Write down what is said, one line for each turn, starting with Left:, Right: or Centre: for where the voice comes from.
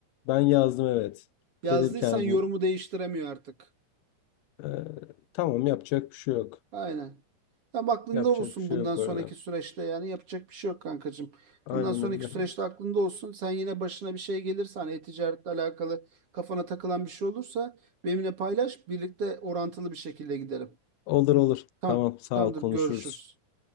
Left: ben yazdım evet.
Right: Yazdıysan
Left: Dedim ki yani
Right: yorumu
Left: bu
Right: değiştiremiyor artık.
Left: Ee, tamam yapacak bir şey yok.
Right: Aynen. Tam aklında
Left: Yapacak
Right: olsun
Left: bir şey
Right: bundan
Left: yok
Right: sonraki
Left: orada.
Right: süreçte yani yapacak bir şey yok kankacığım.
Left: Aynen
Right: Bundan sonraki
Left: öyle.
Right: süreçte aklında olsun. Sen yine başına bir şey gelirse hani e-ticaretle alakalı kafana takılan bir şey olursa benimle paylaş. Birlikte orantılı bir şekilde gidelim.
Left: Olur olur.
Right: Tamam.
Left: Tamam sağ
Right: Tamamdır.
Left: ol konuşuruz.
Right: Görüşürüz.